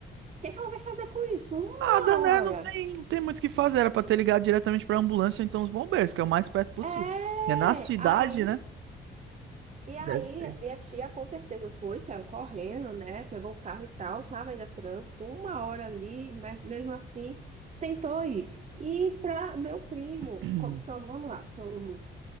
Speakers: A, on the right; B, on the right.
A: que é que ela vai fazer com isso? Uma
B: Nada, né?
A: hora.
B: Não tem, não tem muito o que fazer. Era pra ter ligado diretamente pra ambulância, ou então os bombeiros, que é o mais perto possível.
A: É,
B: É na cidade,
A: aí.
B: né?
A: E aí,
B: Deve ter.
A: minha tia com certeza foi, saiu correndo, né? Pegou o carro e tal, tava ainda trânsito, uma hora ali, mas mesmo assim tentou ir. E para meu primo,
B: Uhum.
A: como são,
B: <clears throat>
A: vamos lá, são,